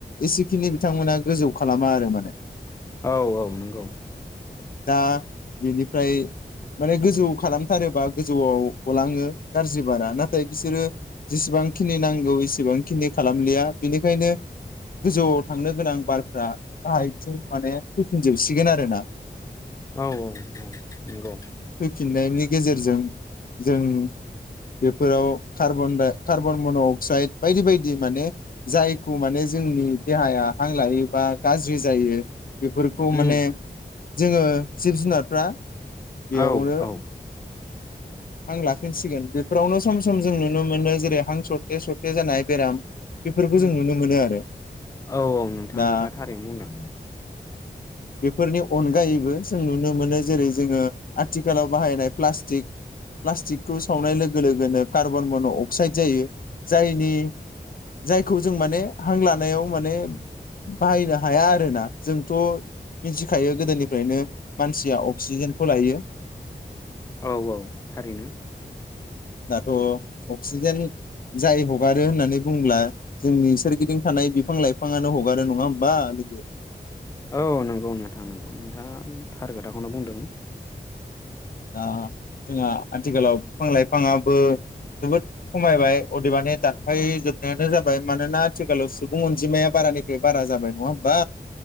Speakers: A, on the left; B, on the left.
A: एसेखिनि बिथांमोना गोजौ खालामा आरो माने।
B: औ औ नंगौ।
A: दा बेनिफ्राय माने गोजौ खालामथारोबा गोजौआव गलाङो गाज्रि बारा नाथाय बिसोरो जेसेबां खिनि नांगौ एसेबां खिनि खालामलिया बेनिखायनो गोजौआव थांनो गोनां बारफ्रा गाहायथिं माने फैफिनजोबसिगोन आरोना।
B: औ औ औ नंगौ।
A: फिननायनि गेजेरजों जों बेफोराव कार्बन- कार्बन मन' अक्साइड बायदि बायदि माने <unintelligible> माने जोंनि देहाया हां लायोबा गाज्रि जायो बेफोरखौ
B: उम
A: माने जोङो जिब -जुनारफ्रा बेयावनो
B: औ औ।
A: हां लाफिनसिगोन बेफोरावनो सम सम जों नुनो मोनो जेरै हां सरथे सरथे जानाय बेराम बेफोरखौ
B: उम
A: जों नुनो मोनो आरो
B: औ औ नोंथां
A: दा
B: नोंथाङा थारैनो बुंदों
A: बेफोरनि अनगायैबो जों नुनो मोनो जेरै जोङो आथिखालाव बाहायनाय फ्लास्टिक फ्लास्टिकखौ सावनाय लोगो लोगोनो कार्बन मन' अक्साइद जायो जायनि जायखौ जों माने हां लानायाव माने बाहायनो हाया आरोना जोंथ' मिथिखायो गोदोनिफ्रायनो मानसिया अक्सिजेनखौ लायो
B: औ औ थारैनो
A: दाथ' अक्सिजेन जाय हगारो होननानै बुंब्ला जोंनि सोरगिदिं थानाय बिफां लाइफाङानो हगारो नङा होमबा लोगो
B: औ नंगौ नोंथां नंगौ नोंथाङा थार खोथाखौनो बुंदों
A: दा जोंहा आथिखालाव बिफां लाइफाङाबो जोबोद खमायबाय अदेबानि दानफायजोबनायानो जाबाय मानोना आथिखालाव सुबुं अनजिमाया बारानिफ्राय बारा जाबाय नङा होमबा